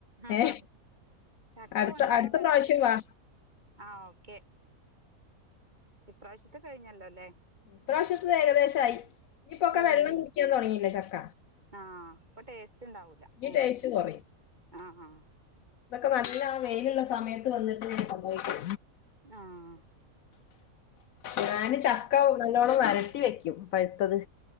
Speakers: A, on the right (about 30°); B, on the left (about 70°).
A: ആഹ്
B: ഏ
A: ആഹ് ചക്ക
B: അടുത്ത
A: കൊണ്ടുവരാൻ
B: അടുത്ത
A: വരണ്ട്
B: പ്രാവശ്യം വാ
A: ആഹ് ഓക്കെ ഇപ്രാവശ്യത്തെ കഴിഞ്ഞല്ലോ അല്ലേ
B: ഇപ്രാവശ്യത്തത് ഏകദേശം ആയി ഇനിയിപ്പൊക്കെ
A: ഉം
B: വെള്ളം കുടിക്കാൻ തുടങ്ങിയില്ലേ ചക്ക
A: ആഹ് ഇപ്പൊ ടേസ്റ്റ് ഉണ്ടാവൂല
B: ഈ
A: ഉം
B: ടേസ്റ്റ് കുറയും
A: ആഹ് ആഹ്
B: ഇതൊക്കെ നല്ല ആ വെയിലുള്ള സമയത്ത് വന്നിട്ട് കൊണ്ടോയിക്കോ
A: ആഹ്
B: ഞാന് ചക്ക നല്ലോണ്ണം വരട്ടി വെക്കും പഴുത്തത്